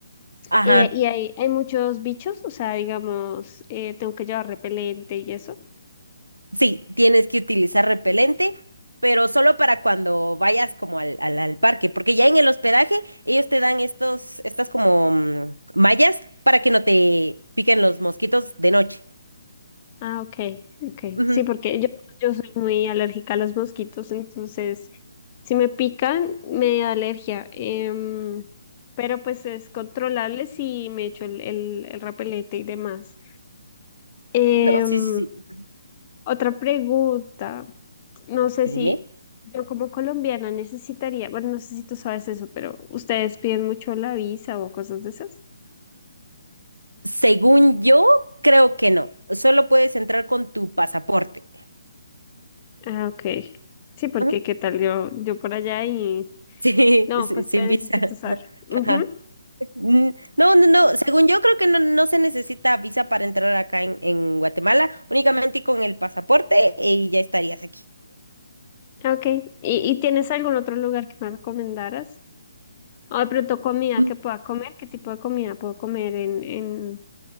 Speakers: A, on the right (about 80°); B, on the left (about 30°).
A: ajá.
B: Eh, y hay, hay muchos bichos, o sea, digamos, eh, tengo que llevar repelente y eso.
A: Sí, tienes que utilizar repelente, pero solo para cuando vayas como al, al, al parque, porque ya en el hospedaje ellos te dan estos, estas como mm, mallas para que no te piquen los mosquitos de noche.
B: Ah, ok, ok.
A: Ujú.
B: Sí, porque yo, yo soy muy alérgica a los mosquitos, entonces, si me pican, me da alergia. Em, pero pues es controlable si me echo el, el, el repelente y demás. Em,
A: No, sí, sí, sí.
B: Otra pregunta, no sé
A: Dime.
B: si yo como colombiana necesitaría, bueno, no sé si tú sabes eso, pero ¿ustedes piden mucho la visa o cosas de esas?
A: Según yo, creo que no. Solo puedes entrar con tu pasaporte.
B: Ah, ok. Sí, porque
A: Ujú.
B: qué tal yo, yo por allá y...
A: Sí,
B: No,
A: <laughs> sí,
B: pues
A: sin
B: te necesito
A: visa.
B: usar.
A: <laughs>
B: Ujú.
A: Ajá. Mm, No, no, no. Según yo creo que no, no se necesita visa para entrar acá en, en Guatemala, únicamente con el pasaporte eh, y ya estarías aquí.
B: Ah, ok. ¿Y, y tienes algún otro lugar que me recomendaras? O de pronto comida
A: Ujú.
B: que pueda comer, ¿qué tipo de comida puedo comer en, en,